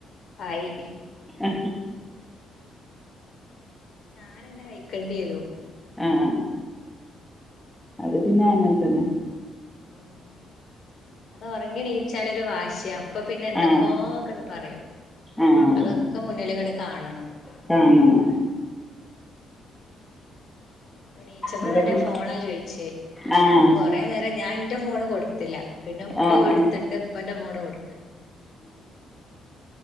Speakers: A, on the left; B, in the centre.
A: ആയി
B: ആ
A: അത് തന്നെ വെയ്ക്കേണ്ടി വരും
B: ആ ആ അത് പിന്നെ അങ്ങനെ തന്നെ
A: ഉ അത് ഒറങ്ങിയടി വാശിയ അപ്പൊ പിന്നെ എന്തൊക്ക
B: ആഹ്
A: പറയും
B: ആഹ്
A: അതൊക്കെ മുന്നിൽ കിട കാണണം
B: കാണണം
A: ഇപ്പൊ ഇണിച്ചപ്പ
B: ഇവിടെ
A: തന്നെ
B: പിന്നെ
A: ഫോണാ ചോയിച്ചേ
B: ആഹ്
A: അപ്പൊ കൊറേ നേരം ഞാൻ എന്റെ ഫോണ് കൊടുത്തില്ല പിന്നെ ഉപ്പ
B: ആഹ്
A: എടുത്തിട്ട്
B: ആഹ്
A: ഉപ്പന്റെ ഫോണ് കൊടുത്ത്